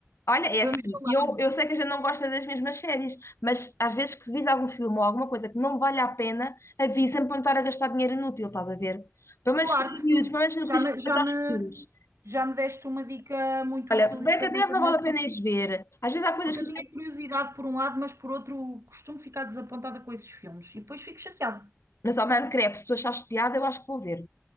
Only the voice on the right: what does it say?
Vamos
falando.
Claro
que sim.
Já
me,
já
me,
já me deste uma dica muito
útil
isso da brincadeira,
porque
Porque
eu
tinha curiosidade por um lado, mas por outro costumo ficar desapontada com esses filmes e depois fico chateada.